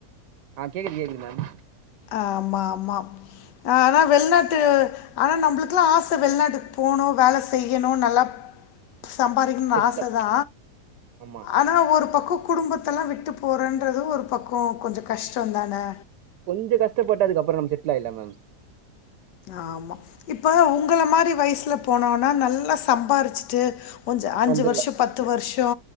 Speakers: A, on the right; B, on the left.
A: ஆ கேக்குது கேக்குது மேம்
B: ஆமா ஆமா ஆனா வெள்நாட்டு ஆனா நம்மளுக்குல்லா ஆச வெள்நாட்டுக்கு போணு வேல செய்யணு நல்லா சம்பாரிக்கணும்னு
A: செட்ல
B: ஆச தா
A: ஆமா
B: ஆனா ஒரு பக்கோ குடும்பத்தெல்லாவிட்டு போறேன்றது ஒரு பக்கோ கொஞ்சோ கஷ்டோ தான
A: கொஞ்சோ கஷ்டப்பட்டதுக்கப்பறோ நாம செட்டில் ஆயிர்லா மேம்
B: ஆமா இப்ப உங்கள மாரி வய்சுல போனோம்னா நல்லா சம்பாரிச்சுட்டு கொஞ்ச அஞ்சு
A: வந்துடலாம்
B: வர்ஷோ பத் து வர்ஷோ